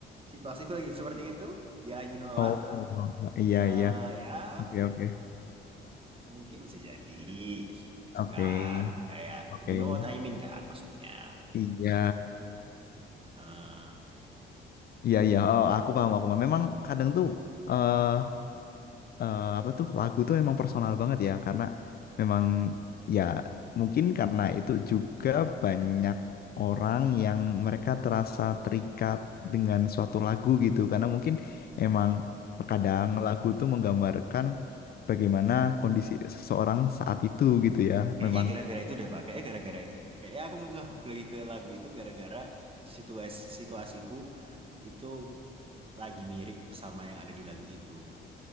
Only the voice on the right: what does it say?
situasiku lagi seperti itu ya you know
lah
Eh
ya
mungkin bisa jadi itu
kan kayak
you know what I mean kan maksudnya
Eh
kayaknya
gara-gara itu deh Pak kayaknya gara-gara itu deh kayaknya aku nggak ngehook lagi ke lagu itu gara-gara situasi situasiku itu lagi mirip sama yang ada di lagu itu